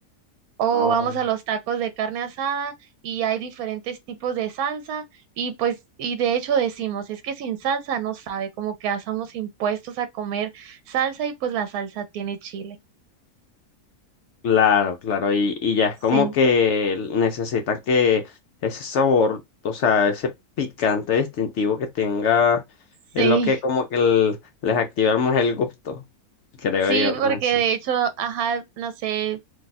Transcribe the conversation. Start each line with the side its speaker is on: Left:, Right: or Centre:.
Right: O
Left: Ah,
Right: vamos
Left: ok.
Right: a los tacos de carne asada y hay diferentes tipos de salsa y pues, y de hecho decimos, es que sin salsa no sabe, como que hacemos impuestos a comer salsa y pues la salsa tiene chile.
Left: Claro, claro, y, y ya es
Right: Sí.
Left: como que necesitan que ese sabor, o sea, ese picante distintivo que tenga,
Right: Sí.
Left: es lo que como que el- les activa más el gusto, creo
Right: Sí,
Left: yo.
Right: porque
Left: con eso.
Right: de hecho, ajá, no sé,